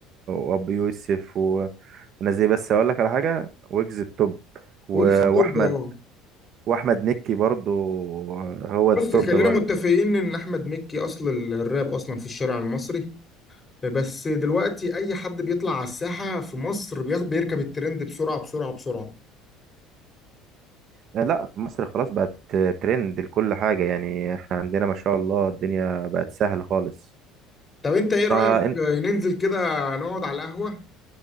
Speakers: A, on the right; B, on the left.
A: وابو يوسف و- والناس دي بس اقول لك على حاجه ويجز التوب و-
B: ويجز التوب
A: واحمد
B: اه
A: واحمد مكي برضو هو
B: بص
A: التوب
B: خلينا
A: برضو
B: متفقين ان احمد مكي اصل ال- الراب اصلا في الشارع المصري بس دلوقتي اي حد بيطلع على الساحة في مصر بياخد بيركب الترند بسرعة بسرعة بسرعة
A: لا مصر خلاص بقت ترند لكل حاجه يعني احنا عندنا ما شاء الله الدنيا بقت سهل خالص
B: طب انت ايه رأيك
A: فانت
B: آه، ننزل كده نقعد على القهوة